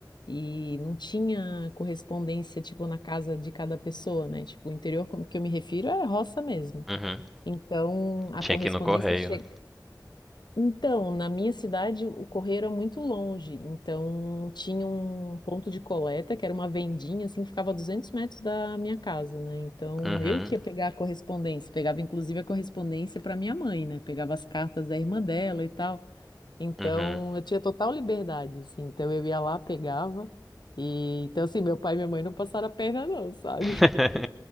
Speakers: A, on the left (about 80°); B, in the centre.
A: e não tinha correspondência, tipo, na casa de cada pessoa, né? Tipo, o interior, como que eu me refiro, é roça mesmo.
B: Uhum.
A: Então, a
B: Tinha
A: correspondência
B: que ir no correio,
A: chega.
B: né?
A: Então, na minha cidade, o correio era muito longe, então tinha um ponto de coleta, que era uma vendinha, assim, que ficava a 200 metros da minha casa, né? Então,
B: Uhum.
A: eu que ia pegar a correspondência, pegava inclusive a correspondência para minha mãe, né? Pegava as cartas da irmã dela e tal. Então,
B: Uhum.
A: eu tinha total liberdade, assim, então eu ia lá, pegava, e então, assim, meu pai e minha mãe não passaram a perna, não, sabe?
B: <laughs>
A: <laughs>